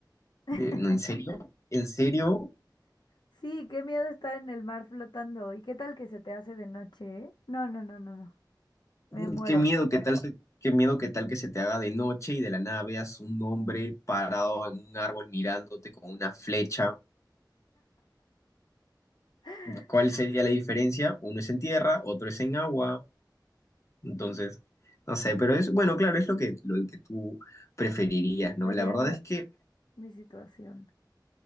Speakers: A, on the left; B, on the left.
A: <laughs>
B: De, no, ¿en serio? ¿En serio?
A: Sí, qué miedo estar en el mar flotando. ¿Y qué tal que se te hace de noche? No, no, no, no, no. Me
B: mm,
A: muero.
B: Qué miedo, qué tal, se- qué miedo, qué tal que se te haga de noche y de la nada veas un hombre parado en un árbol mirándote con una flecha.
A: <laughs>
B: ¿Cuál sería la diferencia? Uno es en tierra, otro es en agua. Entonces, no sé, pero es, bueno, claro, es lo que, lo que tú preferirías, ¿no?
A: Sería
B: La verdad es que...
A: mi situación.